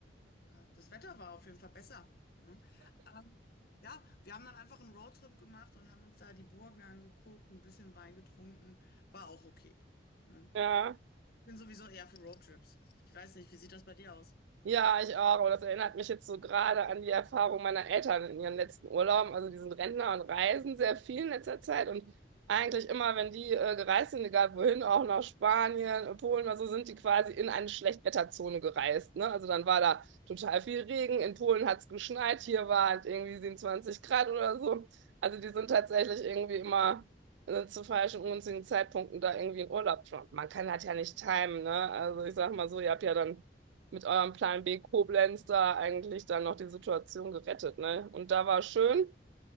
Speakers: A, on the left (about 60°); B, on the right (about 75°).
A: Ja, das Wetter war auf jeden Fall besser. Ne? Ähm, ja, wir haben dann einfach einen Roadtrip gemacht und haben uns da die Burgen angeguckt, ein bisschen Wein getrunken. War auch okay. Ne?
B: Ja.
A: Bin sowieso eher für Roadtrips. Ich weiß nicht, wie sieht das bei dir aus?
B: Ja, ich auch. Und das erinnert mich jetzt so gerade an die Erfahrung meiner Eltern in ihren letzten Urlauben. Also die sind Rentner und reisen sehr viel in letzter Zeit. Und eigentlich immer, wenn die äh, gereist sind, egal wohin, auch nach Spanien, äh, Polen oder so, sind die quasi in eine Schlechtwetterzone gereist. Ne? Also dann war da total viel Regen. In Polen hat es geschneit. Hier waren irgendwie 27 Grad oder so. Also die sind tatsächlich irgendwie immer äh, zu falschen, ungünstigen Zeitpunkten da irgendwie in Urlaub. Man kann das ja nicht timen. Ne? Also ich sag mal so, ihr habt ja dann mit eurem Plan B Koblenz da eigentlich dann noch die Situation gerettet, ne? Und da war schön.